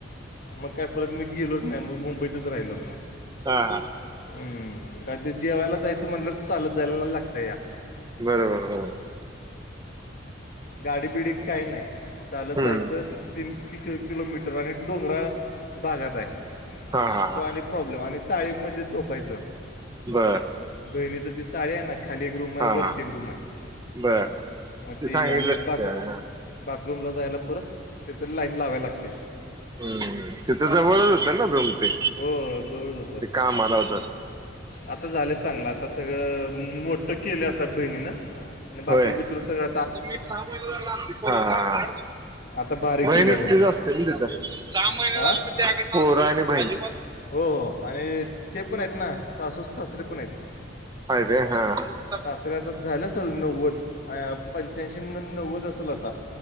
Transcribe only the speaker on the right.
हा
बरोबर बरोबर
हम्म
हा हा
हा
बर
हा
हा
बर
सांगितलंस
की त्याला
हम् तिथ जवळच होतं ना जोम ते
ते काम आला होत
होय
<unintelligible> हा
मैनत
तच असते ना तिथ सहा महिने
झाले तर ते पोर आणि बहीण
आहे काय